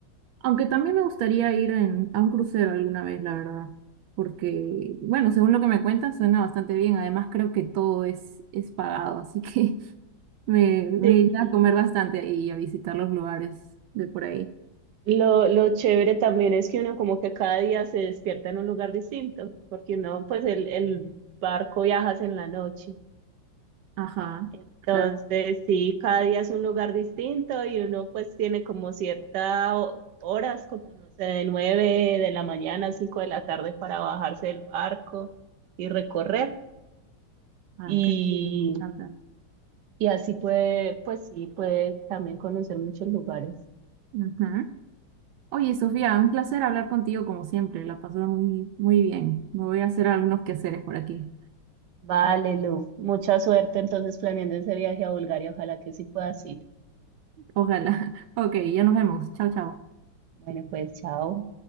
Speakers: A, on the right; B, on the right.
A: Aunque también me gustaría ir en- a un crucero alguna vez, la verdad. Porque, bueno, según lo que me cuentas, suena bastante bien. Además, creo que todo es, es pagado, así que <laughs> me, me
B: Sí,
A: iría a comer bastante ahí y a visitar los lugares de por ahí.
B: lo, lo chévere también es que uno como que cada día se despierta en un lugar distinto, porque uno, pues el, el barco viajas en la noche.
A: Ajá,
B: Entonces,
A: claro.
B: sí, cada día es un lugar distinto y uno pues tiene como ciertas horas, como no sé, de nueve de la mañana a cinco de la tarde para bajarse del barco y recorrer.
A: Ah,
B: y
A: qué rico, me encanta.
B: Y así puede, pues sí, puede también conocer muchos lugares.
A: Ujú. Oye, Sofía, un placer hablar contigo como siempre. La pasé muy, muy bien. Me voy a hacer algunos quehaceres por aquí.
B: Vale, Lu, mucha suerte entonces planeando ese viaje a Bulgaria. Ojalá que sí puedas ir.
A: Ojalá. <laughs> Ok, ya nos vemos. Chao, chao.
B: Bueno, pues chao.